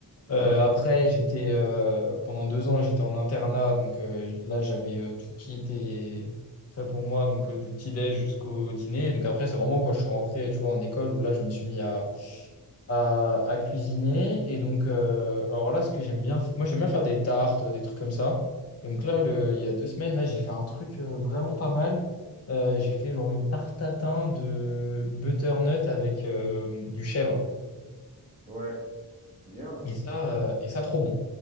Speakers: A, on the left; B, on the right.
A: Euh,
B: Ouais.
A: après, j'étais, euh, pendant deux ans, j'étais en internat. Donc euh, là, j'avais euh, tout qui était fait pour moi, donc euh, du petit-déj jusqu'au dîner. Donc après, c'est vraiment quand je suis rentré, tu vois, en école, où là, je me suis mis à, à cuisiner. Et donc, euh, alors là, ce que j'aime bien, f- moi j'aime bien faire des tartes, des trucs comme ça. Et donc
B: Mmh
A: là, le-
B: mh.
A: il y a deux semaines, là, j'ai fait un truc euh, vraiment pas mal. Euh, j'ai fait genre une tarte tatin de butternut avec euh, du chèvre.
B: Ouais, bien,
A: Et ça, euh, et ça, trop bon.